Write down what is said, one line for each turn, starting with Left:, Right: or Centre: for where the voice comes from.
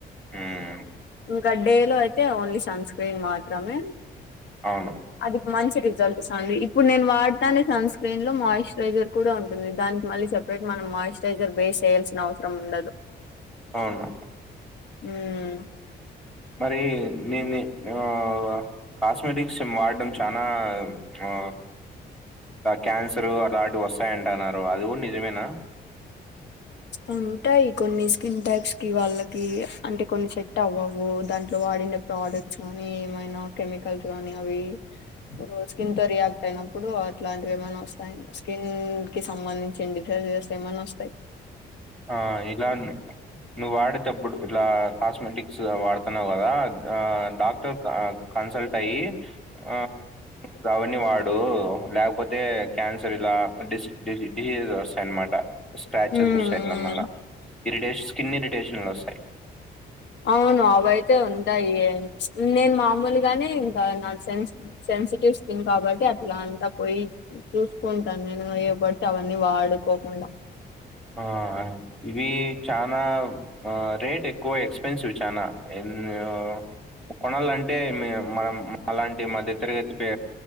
Centre: ఉమ్మ్
Left: ఇంక డే లో అయితే ఓన్లీ సన్ స్క్రీన్ మాత్రమే
Centre: అవును
Left: అది మంచి రిజల్ట్ ఇస్తంది ఇప్పుడు నేను వాడతానే సన్ స్క్రీన్ లో మాయిశ్చరైజర్ కూడా ఉంటుంది దానికి మళ్ళీ సెప్ ప్రేట్ మనం మాయిశ్చరైజర్ బేస్ ఏయాల్సిన అవసరం ఉండదు
Centre: అవున
Left: ఊమ్
Centre: మరి నేనీ ఆ ఒగ కాస్మెటిక్స్ని వాడటం చానా ఆ క్యాన్సరు అలాంటివి వస్తాయంటన్నారు అది కూడా నిజమేనా
Left: ఉంటాయి కొన్ని స్కిన్ టైప్స్ కి వాళ్ళకి అంటే కొన్ని సెట్ అవ్వవు దాంట్లో వాడిన ప్రొడక్ట్స్ కానీ ఏమైనా కెమికల్స్ గానీ అవి స్కిన్ తో రియాక్ట్ అయినప్పుడు అట్లాంటివి ఏమైనా వస్తాయి స్కిన్ కి సంబంధించి డిసీజెస్ ఏమన్నొస్తాయ్
Centre: ఆ ఇలా నువ్వు వాడేటప్పుడు ఇట్లా కాస్మెటిక్ స్ వాడుతున్నావు కదా ఆ డాక్టర్ కన్సల్ట్ అయి అ నువ్వు అవన్నీ వాడు లేకపోతే క్యాన్సర్ ఇలా డిస్డి డిసీజస్ వస్తాయనమాట స్క్రాచెస్
Left: మ్మ్
Centre: వస్తాయి ఇట్ల మల్ల ఇరిటేషన్ స్కిన్ ఇరిటేషన్లు వస్తాయి
Left: అవును అవయితే ఉంటాయి నేను మామూలు గానే ఇంకా నా సెన్స్ సెన్సిటివ్ స్కిన్ కాబట్టి అట్లా అంతా పోయి చూసుకుంటాను నేను ఏవి పడితే అవన్నీ వాడుకోకుండా
Centre: ఆ ఇవి చానా రేట్ ఎక్కువ ఎక్స్ పెన్సివ్ చానా ఎన్నో కొనాలంటే మీ మనం మాలాంటి మధ్య తరగతి పే